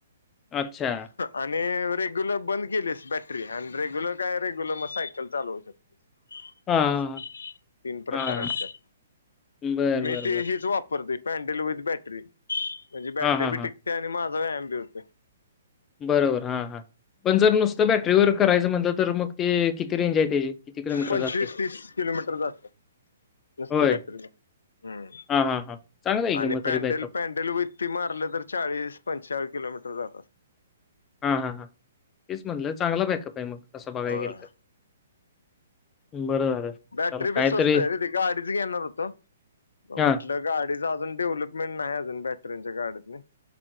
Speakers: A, on the left; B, on the left.
A: अच्छा.
B: आणि रेग्युलर बंद केलीस बॅटरी आणि रेग्युलर काय रेग्यूलर मग सायकल चालवू शकतेस
A: हां, हां, हां.
B: तीन प्रकार
A: हां, हां.
B: आहेत त्यात
A: बरं,
B: मी
A: बरं,
B: ते
A: बरं.
B: हीच वापरतूय पॅनडल विथ बॅटरी म्हणजे बॅटरी
A: हां, हां,
B: बी
A: हां.
B: टिकते आणि माझा व्यायाम बी होतंय
A: बरोबर हा हा
B: होतोय
A: पण जर नुसतं बॅटरीवर करायचं म्हटलं तर मग ते किती रेंज आहे त्याची? किती किलोमीटर
B: पंचवीस
A: जाते?
B: तीस किलोमीटर जात नुस्ती
A: होय.
B: बटरी हम्म
A: हां, हां, हां. चांगला आहे की
B: आणि
A: मग
B: पॅनडेल
A: तरी बॅकअप.
B: पॅडेल वती मारले तर चाळीस पंचाळीस किलोमीटर जात बर
A: हा हा हा तेच म्हटलं चांगला बॅकअप आहे मग तसा बघाय
B: होय
A: गेल तर बरं झालं. त्याला
B: बॅटरी बी
A: काहीतरी
B: स्वस्त आहे रे त गाडीच घेणार होतो म
A: हां,
B: म्हटलं गाडी च अजून डेव्हलपमेंट नाही अजून बॅटरच्या गाडीत